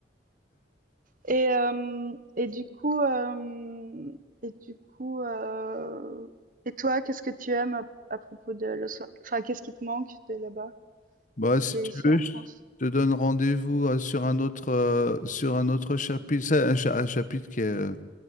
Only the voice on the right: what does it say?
Et euh, et du coup euh, et du coup euh, et toi, qu'est-ce que tu aimes à, à propos de Los Angeles Enfin, qu'est-ce qui te manque de là-bas
quand
t'es
ici
en
France